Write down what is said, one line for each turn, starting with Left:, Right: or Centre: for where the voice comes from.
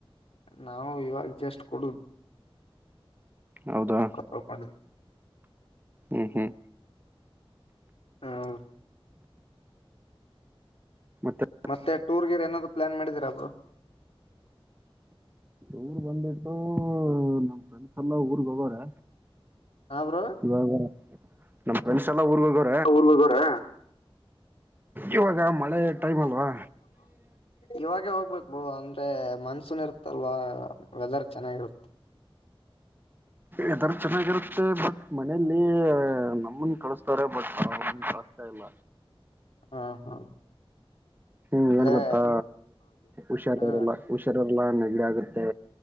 Left: ನಾವು ಇವಾಗ ಜಸ್ಟ್ ಕೊಡುದು
Right: ಹೌದಾ
Left: ತೊಳ್ಕೊಂಡಿದ್ವಿ
Right: ಹ್ಮ್ ಹ್ಮ್
Left: ಹಾಂ ಅವೌ
Right: ಮತ್ತೆ
Left: ಮತ್ತೆ ಟೂರ್ಗ ಏನಾದ್ ಟೂರು ಪ್ಲಾನ್ ಮಾಡಿದೀರಾಬ್ರು
Right: ಊರ್ ಬಂದ್ಬಿಟ್ಟು ನಮ್ ಫ್ರೆಂಡ್ಸ್ ಎಲ್ಲ ಊರ್ಗ್ ಹೋಗಾರೆ
Left: ಹಾ ಬ್ರೋ
Right: ಇವಾಗ ನಮ್ಮ್ ಫ್ರೆಂಡ್ಸ್ ಎಲ್ಲ ಊರಿಗೆ ಹೋಗಿರಿ
Left: ಊರಿಗೆ ಹೋಗಿದ್ದಾರೆ
Right: ಇವಾಗ ಮಳೆ ಟೈಮ್ ಅಲ್ವಾ
Left: ಇವಾಗ ಹೋಗ್ಬೇಕ ಬಹ ಅಂದ್ರೆ ಮನ್ಸೂನ್ ಇರುತ್ತಲ್ವಾ ವೆದರ್ ಚೆನ್ನಾಗಿರುತ್ತೆ
Right: ಎದಾರ್ ಚೆನ್ನಾಗಿರುತ್ತೆ ಬಟ್ ಮನಲಿ ನಮ್ಮನ್ ಕಳಸ್ತಾರೆ ಬಟ್ ಅವ ಕಳುಸ್ತಾ ಇಲ್ಲ
Left: ಹ ಹಾ
Right: ಹ್ಮ್
Left: ಅಂದ್ರೆ
Right: ಏನ್ ಗೊತ್ತಾ ಹುಷಾರರೆಲ್ಲ
Left: ಹಾ
Right: ಹುಷಾರರೆಲ್ಲಾ ನೆಗಡಿ ಆಗುತ್ತೆ